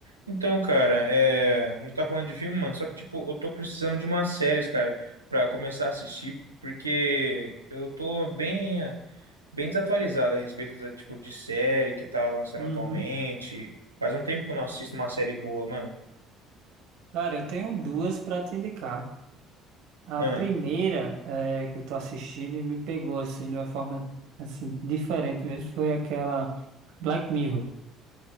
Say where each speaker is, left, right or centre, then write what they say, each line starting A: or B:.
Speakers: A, on the right (about 85°); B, on the right (about 60°).
A: Então, cara, é, a gente tá falando de filme, mano, só que, tipo, eu tô precisando de umas séries, cara, pra começar a assistir, porque eu tô bem, bem desatualizado a respeito do tipo de série que tá lançando
B: Uhum.
A: atualmente. Faz um tempo que eu não assisto uma série boa, mano.
B: Cara, eu tenho duas para te indicar. A
A: Hum,
B: primeira é, que eu tô assistindo e me pegou assim de uma forma assim diferente mesmo foi aquela Black Mirror.